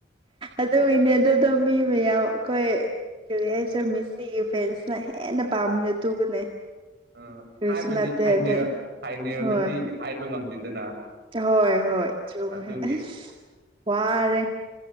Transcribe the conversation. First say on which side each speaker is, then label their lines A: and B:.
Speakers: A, on the right (about 30°); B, on the right (about 60°).
A: ꯑꯗꯨꯒꯤꯅꯦ ꯑꯗꯨꯗꯣ ꯃꯤ ꯃꯌꯥꯝ ꯑꯩꯈꯣꯏ ꯀꯔꯤ ꯍꯥꯏꯁꯤꯔꯥ ꯃꯤꯁꯤꯒꯤ ꯐꯦꯟꯁꯅ ꯍꯦꯟꯅ ꯄꯥꯝꯕꯅꯦ ꯑꯗꯨꯒꯅꯦ
B: ꯑ
A: ꯀꯔꯤꯁꯨ
B: ꯍꯥꯏꯕꯗꯤ
A: ꯅꯠꯇꯦ
B: ꯐꯥꯏꯅꯦꯜ
A: ꯑꯗꯨ
B: ꯐꯥꯏꯅꯦꯜꯗꯗꯤ
A: ꯍꯣꯏ
B: ꯍꯥꯏꯕ ꯉꯝꯗꯦꯗꯅ꯫
A: ꯍꯣꯏ ꯍꯣꯏ ꯆꯨꯝ
B: ꯑꯗꯨꯒꯤ
A: ꯑꯁ ꯋꯥꯔꯦ꯫